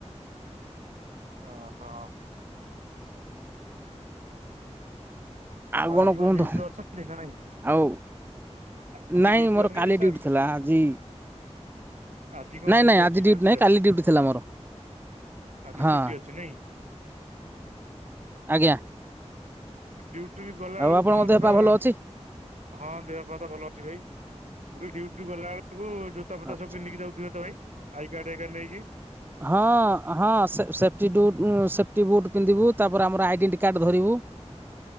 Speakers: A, on the right (about 90°); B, on the right (about 15°).
A: ଅହ।
B: ଆଉ କଣ
A: ଆଜି
B: କୁହନ୍ତୁ
A: ଡ୍ୟୁଟିରେ ଅଛନ୍ତି ନା ନାଇଁ?
B: ଆଉ
A: ଆଜି
B: ନାଇଁ
A: ଡ୍ୟୁଟିରେ
B: ମୋର
A: ଅଛନ୍ତି
B: କାଲି
A: ସାର୍
B: ଡ୍ୟୁଟି ଥିଲା ଆଜି
A: ଆଜି କଣ
B: ନାଇଁ
A: ହଲିଡେ
B: ନାଇଁ ଆଜି
A: ଅଛି
B: ଡ୍ୟୁଟି
A: ଛୁଟି
B: ନାହିଁ
A: ଅଛି
B: କାଲି ଡ୍ୟୁଟି ଥିଲା ମୋର
A: ଆଜି
B: ହଁ।
A: ଛୁଟି ଅଛି ନାଇଁ?
B: ଆଗିଆଁ।
A: ଏ ଡ୍ୟୁଟି ବି ଗଲା ବେଳକୁ
B: ଆପଣଙ୍କ
A: କଣ
B: ଦେହ
A: ପୁରା
B: ପା ଭଲ ଅଛି?
A: ହଁ ଦେହପାଆ ତ ଭଲଅଛି ଭାଇ ମୁଁ କହିଲି ଡ୍ୟୁଟିରୁ ଗଲାବେଳକୁ ଯୋ ତା ଫୋତା
B: ଆଚ୍ଛା।
A: ସବୁି ପିନ୍ଧିକି ଯଉଥିବେ ତ ଭାଇ ଆଇ କାର୍ଡ ହେକା ନେଇକି?
B: ହଁ ହଁ ସେ ସେ-ସେଫ୍ଟି ଡୁଟ୍ ଉଁ ସେଫ୍ଟି ବୁଟ୍ ପିନ୍ଧିବୁ ତାପରେ ଆମର ଆଇଡେଣ୍ଟି କାର୍ଡ଼ ଧରିବୁ।